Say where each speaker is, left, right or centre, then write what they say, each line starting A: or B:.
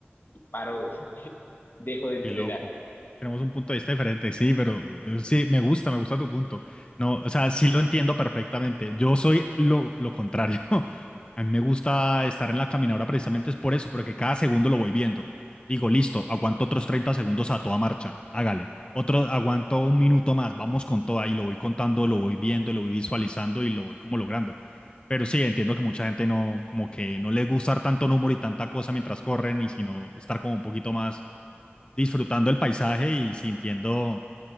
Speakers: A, on the left; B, on the left.
A: y paro, <laughs> dejo de entrenar.
B: Qué loco. Tenemos un punto de vista diferente, sí, pero eh, sí, me gusta, me gusta tu punto. No, o sea, sí lo entiendo perfectamente. Yo soy lo, lo contrario. <laughs> A mí me gusta estar en la caminadora precisamente es por eso, porque cada segundo lo voy viendo. Digo, listo, aguanto otros 30 segundos a toda marcha, hágale. Otro, aguanto un minuto más, vamos con toda y lo voy contando, lo voy viendo, lo voy visualizando y lo voy como logrando. Pero sí, entiendo que mucha gente no, como que no le gusta tanto número y tanta cosa mientras corren y sino estar como un poquito más disfrutando el paisaje y sintiendo